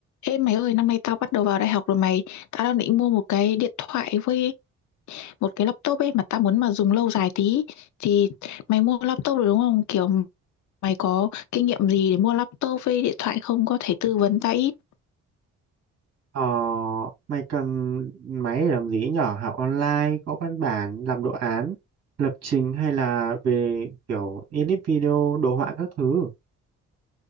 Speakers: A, on the left; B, on the right.
A: Ê mày ơi, năm nay tao bắt đầu vào đại học rồi mày. Tao đang định mua một cái điện thoại với một cái laptop ấy mà tao muốn mà dùng lâu dài tí. Thì mày mua laptop rồi đúng không? Kiểu mày có kinh nghiệm gì để mua laptop với điện thoại không? Có thể tư vấn tao ít.
B: Ờ, mày cần máy để làm gì nhở? Học online, có văn bản, làm đồ án, lập trình hay là về kiểu edit video, đồ họa các thứ.